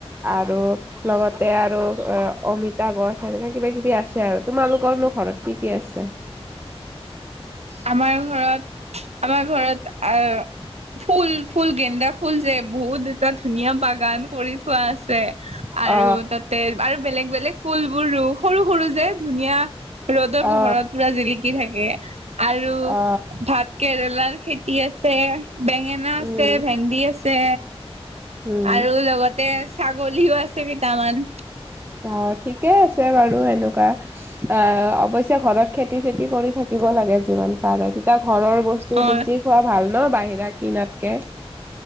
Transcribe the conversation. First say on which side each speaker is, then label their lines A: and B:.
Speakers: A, on the right (about 20°); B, on the right (about 85°).
A: আৰু লগতে আৰু অ অমিতা গছ এনেকা কিবা কিবি আছে আৰু তোমালোকৰনো ঘৰত কি কি আছে
B: আমাৰ ঘৰত আমাৰ ঘৰত আহ ফুল ফুল গেন্দা ফুল যে বহুত এটা ধুনীয়া বা গান কৰি থোৱা আছে আৰু
A: অ
B: তাত তে আৰু বেলেগ বেলেগ ফুল বোৰ ৰু সৰু সৰু যে, ধুনীয়া ৰ'দৰ
A: অ
B: পোহৰত পুৰা জিলিক কি থাকে আৰু
A: অ
B: ভাত কেৰেলাৰ খেতি আছে, বেঙে না আছে,
A: উম
B: ভেন্দি আছে,
A: উম
B: আৰু লগতে ছাগলীও আছে কেইটামান।
A: অ ঠিকে আছে বাৰু এনেকুৱা অ অৱশ্যে ঘৰত খেত তি চেতি কৰি থাকিব লাগে যিমান পাৰে তেতিয়া ঘৰৰ বস্তু
B: অ
A: বেছি খোৱা ভাল ন' বাহিৰা কিনাতকে।